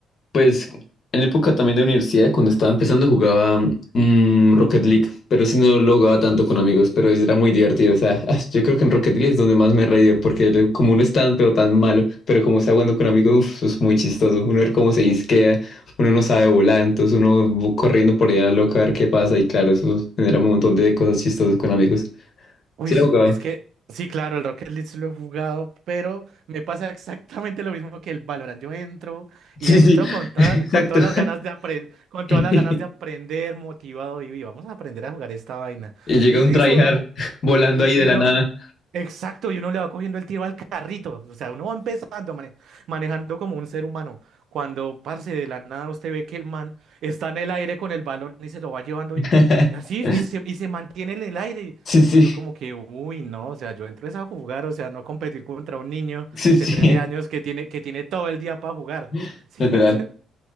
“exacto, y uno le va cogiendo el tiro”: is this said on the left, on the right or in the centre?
Right